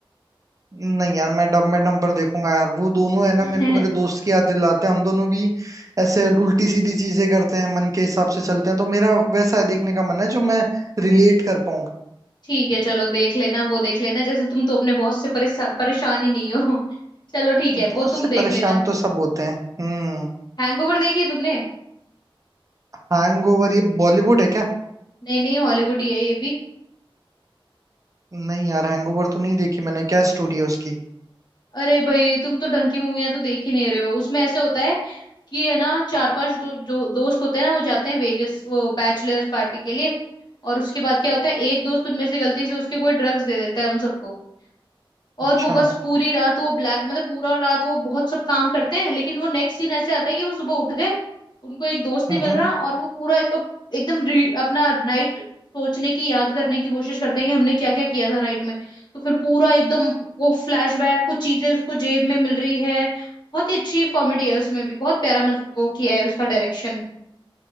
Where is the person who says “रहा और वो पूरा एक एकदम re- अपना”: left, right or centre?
Left